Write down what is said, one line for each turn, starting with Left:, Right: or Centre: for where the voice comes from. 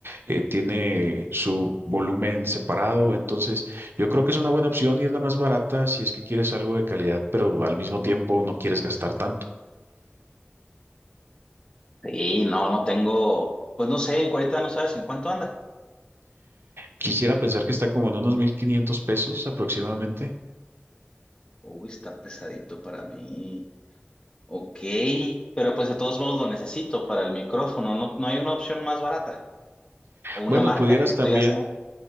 Right: eh, tiene su volumen separado, entonces yo creo que es una buena opción y es la más barata si es que quieres algo de calidad, pero al mismo tiempo no quieres gastar tanto.
Left: Sí, no, no tengo, pues no sé, en ahorita no sabes en cuánto anda.
Right: Quisiera pensar que está como en unos 1.500 pesos aproximadamente.
Left: Uy, está pesadito para mí. Ok, pero pues de todos modos lo necesito para el micrófono. No, no hay una opción más barata o una
Right: Bueno,
Left: marca
Right: pudieras
Left: que
Right: también
Left: tú ya sabes.